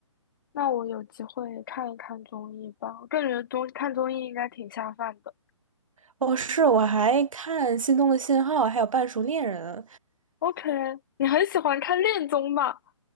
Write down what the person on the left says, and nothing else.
那我有机会看一看综艺吧。我感觉综看综艺应该挺下饭的。
OK，你很喜欢看恋综吧？